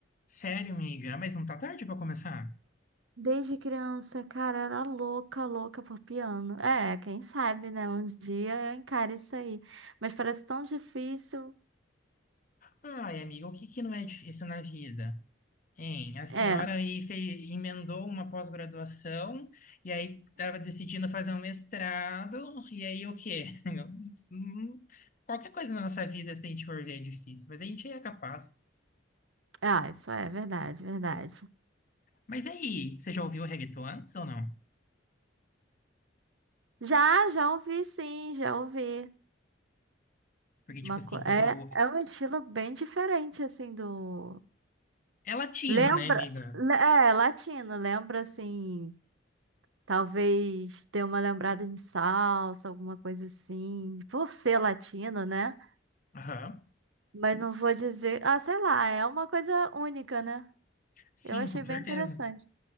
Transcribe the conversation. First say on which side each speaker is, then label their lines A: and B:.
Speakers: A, on the left (about 40°); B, on the right (about 75°).
A: Sério, amiga, Ah, mas não tá tarde para começar?
B: Desde criança, cara, eu era louca, louca por piano. É, quem sabe, né? Um dia eu encaro isso aí. Mas parece tão difícil.
A: Ai, amiga, o que que não é difícil na vida? Hein, a senhora
B: É,
A: aí fez, emendou uma pós-graduação e aí estava decidindo fazer um mestrado, e aí o quê? <laughs> Hum, Qualquer coisa na nossa vida, se a gente for ver, é difícil, mas a gente é capaz.
B: ah, isso é verdade, verdade.
A: Mas aí, você já ouviu o reggaeton antes ou não?
B: Já, já ouvi, sim, já ouvi.
A: Porque,
B: Uma
A: tipo assim,
B: co... é,
A: quando eu...
B: é um estilo bem diferente, assim, do.
A: É latino,
B: Lembra.
A: né, amiga?
B: le- É, latino, lembra, assim. Talvez dê uma lembrada de salsa, alguma coisa assim. Por ser latino, né?
A: Aham.
B: Mas não vou dizer. Ah, sei lá, é uma coisa única, né?
A: Sim,
B: Eu achei
A: com
B: bem
A: certeza.
B: interessante.